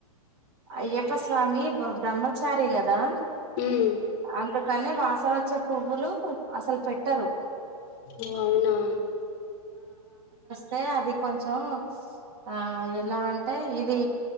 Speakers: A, on the right; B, on the left.
A: అయ్యప్ప స్వామి బ్రహ్మచారి గదా <inaudible>
B: ఉమ్.
A: అనే వాసనచే పువ్వులు అసలు పెట్టరు
B: ఓ అవునా
A: టె అది కొంచెం ఆ ఎలా అంటే ఇది